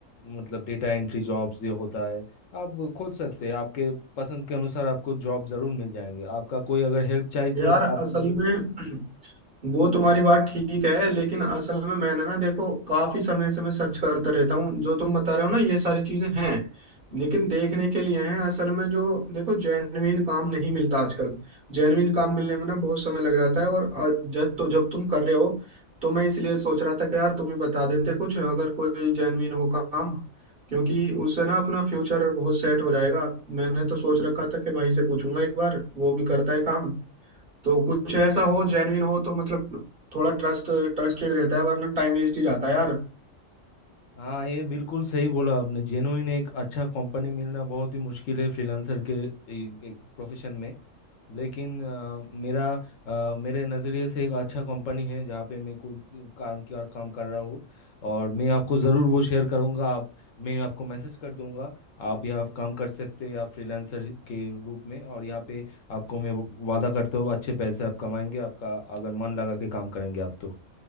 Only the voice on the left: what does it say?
मतलब डेटा एंट्री जॉब्स ये होता है आप खोज सकते हैं आपके पसंद के अनुसार आपको जॉब जरूर मिल जाएंगे आपका कोई अगर हेल्प चाहिए तो
आप मुझे
हाँ ये बिल्कुल सही बोला आपने जेनुइन एक अच्छा कंपनी मिलना बहुत ही मुश्किल है फ्रीलांसर के ए- एक प्रोफेशन में लेकिन अ, मेरा अ, मेरे नज़रिए से एक अच्छा कंपनी है जहाँ पे मैं कोई काम क्या काम कर रहा हूँ और मैं आपको ज़रूर वो शेयर करूँगा आप मैं आपको मैसेज कर दूंगा आप यहाँ काम कर सकते हैं आप फ्रीलांसर के रूप में और यहाँ पे आपको मैं वादा करता हूँ अच्छे पैसे आप कमाएंगे आपका अगर मन लगा के काम करेंगे आप तो